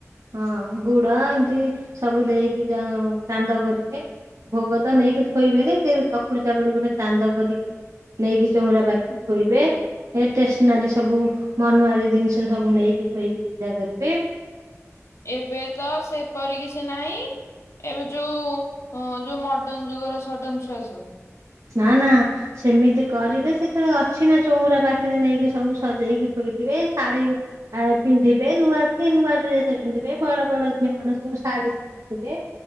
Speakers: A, on the right (about 75°); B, on the left (about 60°).
A: ହଁ ଗୁଡ ଏମିତି ସବୁ ଦେଇକି ଯ ଚାନ୍ଦ କରିବେ। ଭୋଗ ତ ନେଇକି ଥୋଇବେନି ସେ ଚକୁଡି ଚକୁଡି ଗୋଟେ ଚାନ୍ଦ କରିକି ନେଇକି ଚଉଁଡ଼ା ପାଖ
B: ହୁଁ।
A: ଥୋଇବେ ଟେଷ୍ଟ ନାରୀ ସବୁ ମନୁଆରୀ ଜିନିଷ ସବୁ ନେଇକି ଥୋଇକି ପୂଜା କରିବେ।
B: ଏବେ ତ ସେପରି କିଛି ନାହିଁ। ଏବେ ଯୋଉ ଯୋଉ ମଡନ ଯୁଗର ସଡନ ଛୁଆ ସବୁ।
A: ନା ନା। ସେମିତି କରିଲେ ସେତେବେଳେ ଅଛି ନା ଚଉରା ପାଖରେ ନେଇକି ସବୁ ସଜେଇକି ଥୋଇଥିବେ ଶାଢୀ ଆ ପିନ୍ଧିବେ ନୂଆ ଛି ନୂଆ ଡ୍ରେସ ପିନ୍ଧିବେ ବଡ ବଡ ଝିଅମାନୋନ ସବୁ ଶାଢୀ ପି